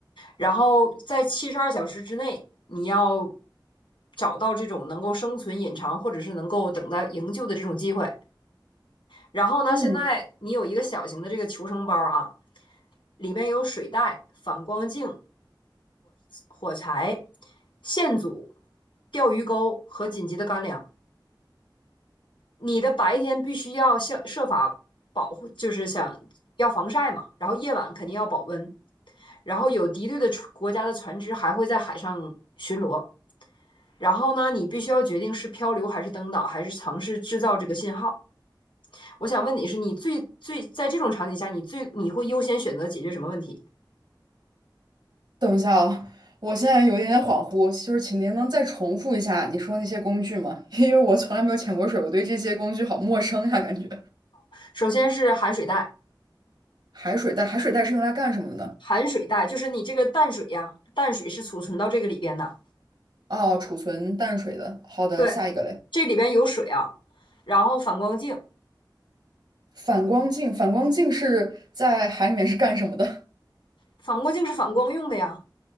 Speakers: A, on the left; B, on the right.
A: 然后在七十二小时之内，你要找到这种能够生存、隐藏或者是能够等待营救的这种机会。然后呢，
B: 嗯，
A: 现在你有一个小型的这个求生包啊，里边有水袋、反光镜、火柴、线组、钓鱼钩和紧急的干粮。你的白天必须要想设法保护，就是想要防晒嘛，然后夜晚肯定要保温。然后有敌对的国家的船只还会在海上巡逻。然后呢，你必须要决定是漂流还是登岛，还是尝试制造这个信号。我想问你是，你最最在这种场景下，你最你会优先选择解决什么问题？
B: 等一下啊，我现在有一点点恍惚，就是请您能再重复一下你说那些工具吗？<laughs> 因为我从来没有潜过水，我对这些工具好陌生呀，感觉。
A: 首先是含水带，
B: 海水袋，海水袋是用来干什么的呢？
A: 含水带，就是你这个淡水呀、啊淡水是储存到这个里边的。
B: 哦，储存淡水的。好的，
A: 对，
B: 下一个嘞。
A: 这里边有水啊，然后反光镜，
B: 反光镜，反光镜是在海里面是干什么的？
A: 反光镜是反光用的呀。